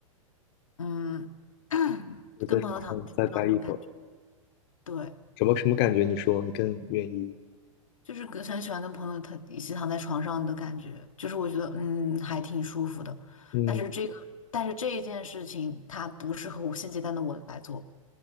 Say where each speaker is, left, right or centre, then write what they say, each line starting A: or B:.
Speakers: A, on the left; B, on the left.
A: 嗯，<clears throat>
B: 我在床上再待一会儿，
A: 跟朋友躺在床上那种感觉，对，
B: 什么什么感觉？你说你更愿意？
A: 就是跟很喜欢跟朋友躺一起躺在床上的感觉，就是我觉得嗯还挺舒服的。
B: 嗯，
A: 但是这个，但是这一件事情，它不适合我现阶段的我来做。